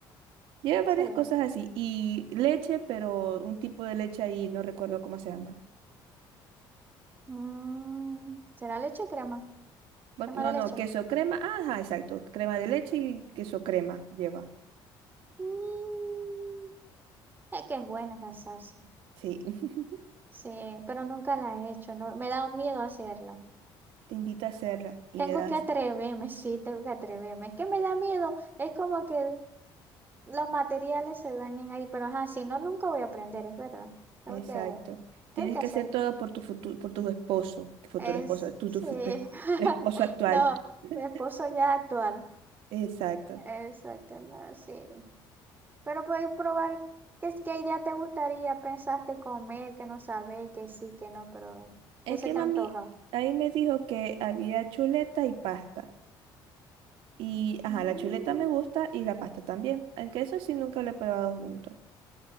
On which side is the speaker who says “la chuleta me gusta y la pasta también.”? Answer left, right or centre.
Right